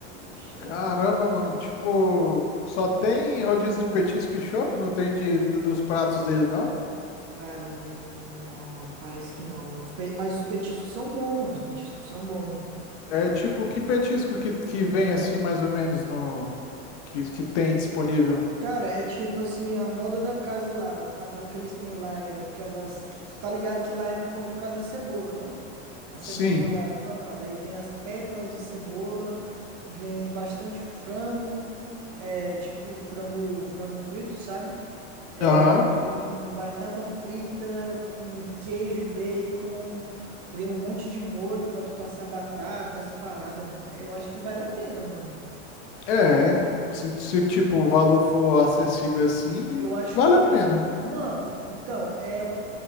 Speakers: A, on the right; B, on the left.
A: Puxa
B: caramba,
A: vida.
B: mano. Tipo, só tem rodízio de petisco e chopp? Não tem de, do- dos pratos dele, não?
A: Cara, não, parece que não. Os pe- Mas os petiscos são bons, mano. Os petiscos são bons.
B: É tipo, que petisco que, que vem assim, mais ou menos, no que, que tem disponível?
A: Cara, é tipo assim, a moda da casa lá, o padrão que eles têm lá é aquelas. Tu tá ligado que lá é famoso por causa da cebola, né? A cebola
B: Sim.
A: empanada. Aí vem as pétalas de cebola, vem bastante frango, é tipo frango, frango frito, sabe? É,
B: Aham.
A: vem batata frita com queijo e bacon, vem um monte de molho pra tu passar batatas, paradas. Eu acho que vale a pena, mano.
B: É. Se, se, tipo, o valor for acessível assim,
A: Eu acho
B: vale
A: que
B: a
A: é.
B: pena.
A: Mano, então, é